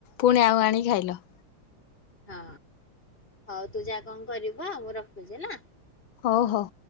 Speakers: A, on the left (about 75°); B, on the left (about 25°).
A: ପୁଣି ଆଉ ଆଣିକି ଖାଇଲ।
B: ହଁ ହଉ ତୁ ଯା କଣ କରିବୁ ଆଉ ମୁଁ ରଖୁଛି ହେଲା।
A: ହଉ ହଉ।